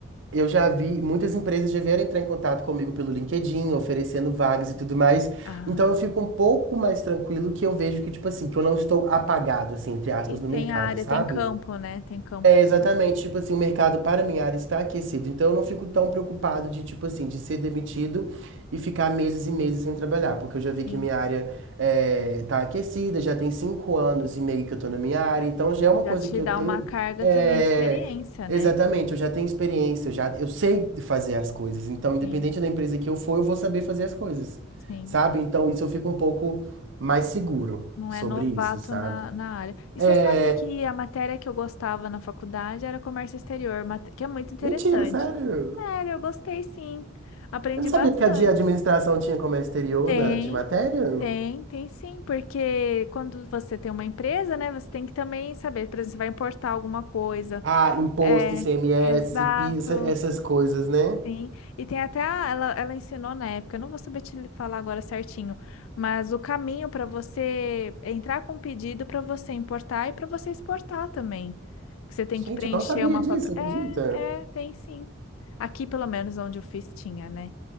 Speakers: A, on the right; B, on the left.
A: eu já vi, muitas empresas já vieram entrar em contato comigo pelo LinkedIn, oferecendo vagas e tudo mais.
B: Ah,
A: Então eu fico um pouco mais tranquilo que eu vejo que, tipo assim, que eu não estou apagado, assim, entre aspas,
B: e tem
A: no mercado,
B: área,
A: sabe?
B: tem campo, né? Tem campo
A: É,
B: para
A: exatamente,
B: você.
A: tipo assim, o mercado para minha área está aquecido, então eu não fico tão preocupado de, tipo assim, de ser demitido e ficar meses e meses sem trabalhar, porque eu já
B: Sim.
A: vi que minha área é, tá aquecida, já tem cinco anos e meio que eu tô na minha área, então já é uma
B: Já
A: coisa
B: te
A: que eu
B: dá
A: tenho,
B: uma carga
A: é,
B: também de experiência,
A: exatamente,
B: né?
A: eu já tenho experiência, eu já, eu sei fazer as coisas, então independente
B: Sim,
A: da empresa que eu for, eu vou saber fazer as coisas,
B: sim.
A: sabe? Então isso eu fico um pouco mais seguro
B: Não
A: sobre
B: é novato
A: isso, sabe?
B: na, na área. E
A: É,
B: você sabe que a matéria que eu gostava na faculdade era comércio exterior, mate- que é muito interessante.
A: mentira, sério.
B: Sério, eu gostei sim. Aprendi
A: Eu não
B: bastante.
A: sabia que a de administração tinha comércio exterior
B: Tem,
A: na, de matéria.
B: tem, tem sim, porque quando você tem uma empresa, né, você tem que também saber, por exemplo, você vai importar alguma coisa.
A: Ah, imposto,
B: É,
A: ICMS,
B: exato.
A: PIS, essas coisas, né?
B: Sim. E tem até a- ela, ela ensinou na época, eu não vou saber te falar agora certinho, mas o caminho para você entrar com pedido para você importar e para você exportar também. Que você tem que
A: Gente,
B: preencher
A: eu não sabia
B: uma
A: disso,
B: papel.
A: acredita?
B: É, é, tem sim. Aqui, pelo menos onde eu fiz, tinha, né?